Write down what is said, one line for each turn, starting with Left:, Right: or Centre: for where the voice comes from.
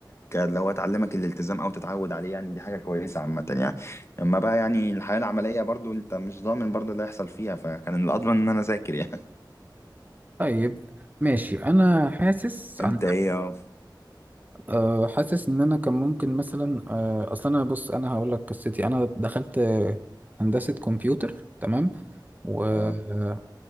Left: كان لو تعلمك الالتزام او تتعود عليه يعني دي حاجه كويسه عامه يعني اما بقى يعني الحياه العمليه برضو انت مش ضامن برضو اللي هيحصل فيها فكان الأضمن ان انا اذاكر يعني
Right: طيب ماشي انا حاسس
Left: <laughs> انت
Right: عن
Left: ايه يا
Right: أه حاسس ان انا كان ممكن مثلا أه اصل انا بص انا هقول لك قصتي انا دخلت آه، هندسة كمبيوتر تمام و
Left: اه
Right: مم.